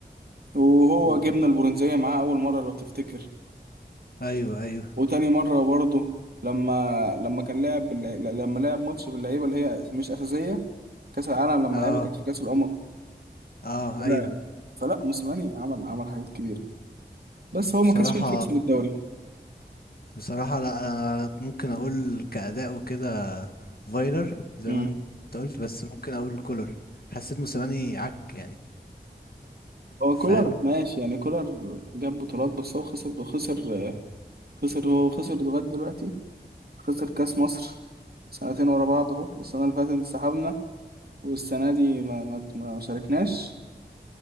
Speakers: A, on the right; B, on the left.
A: وهو
B: مم.
A: جبنا البرونزية معاه اول مرة لو تفتكر
B: ايوه ايوه
A: وتاني مرة برضه لما لما كان لعب باللع- لما لعب ماتش باللعيبة اللي هي مش أساسية كأس العالم لما
B: اه
A: لعيبة كانت في كأس الأمم
B: اه
A: ولعب
B: ايوه
A: فلا موسيماني عمل عمل حاجات كبيرة بس هو
B: بصراحه
A: ما كانش فاهم يكسب الدوري
B: بصراحه لا أنا ممكن اقول كاداء وكده فايلر زي
A: مم.
B: ما انت قلت بس ممكن اقول كولر حسيت موسيماني عك يعني
A: هو
B: فاهم
A: كولر ماشي يعني كولر جاب بطولات بس هو خسر خسر خسر هو خسر لغاية دلوقتي خسر كأس مصر سنتين ورا بعض اهو السنة اللي فاتت انسحبنا والسنة دي ما ما ما شاركناش